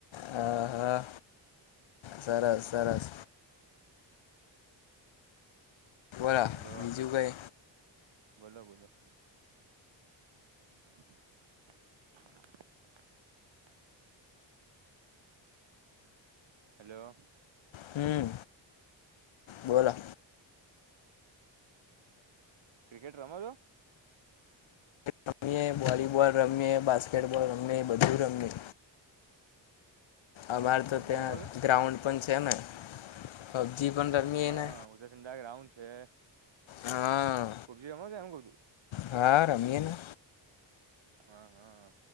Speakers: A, on the left; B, on the right.
A: હા હા સરસ સરસ. બોલા
B: હલોો.
A: બીજું કઈ
B: બોલો બોલો. <unintelligible> હેલો.
A: હમ બોલા.
B: ક્રિકેટ રમાજો.
A: િકટ રમીએ વોલીબોલ રમીએ બાસ્કેટબોલ રમીએ બધું રમીએ. અમાર
B: હા હા
A: તો
B: પબજી
A: ત્યાં
B: રમો છો
A: ગ્રાઉન્ડ પણ છે ને. પબજી પણ
B: હ
A: રમીએ
B: હા
A: ને
B: ઉજસંધગું છે.
A: હા
B: પબજી ગમ છે એમ કવ છું.
A: હા રમીએ ને
B: હા હા